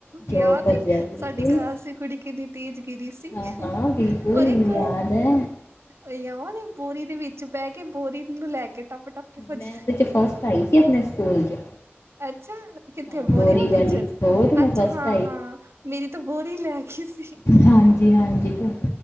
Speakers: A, on the left; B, on the right.
A: ਜੋ
B: ਯਾਦ
A: ਭੱਜਿਆ
B: ਏ,
A: ਬਿਲਕੁਲ
B: ਸਾਡੀ ਕਲਾਸ ਦੀ ਕੁੜੀ ਕਿੰਨੀ ਤੇਜ਼ ਗਿਰੀ ਸੀ।
A: ਹਾਂ ਹਾਂ ਬਿਲਕੁਲ
B: ਔਰ ਇੱਕ
A: ਮੈਨੂੰ ਯਾਦ ਹੈ
B: ਏ ਯਾਦ ਏ ਓ ਬੋਰੀ ਦੇ ਵਿੱ ਚ ਬੈ ਕੇ ਬੋਰੀ ਨੂੰ ਲੈ ਕੇ ਟੱਪ ਟੱਪ ਕੇ ਭੱਜਣਾ
A: ਮੈਂ ਓਦੇ ਚ ਫਸਟ ਆਈ ਸੀ ਆਪਨੇ ਸਕੂਲ ਚ।
B: ਅੱਛਾ। ਕਿੱਥੇ
A: ਹਾਂ
B: ਬੋਰੀ ਵਾਲੇ
A: ਵਾਲੀ
B: ਚ
A: ਹੋਰ ਮੈਂ
B: ਅੱਛਾ
A: ਫਸਟ
B: ਹਾਂ-ਹਾਂ ਮੇਰੀ ਤਾਂ ਬੋਰੀ ਲੈਗੀ ਸੀ।
A: ਹਾਂਜੀ-ਹਾਂਜੀ ਤੋ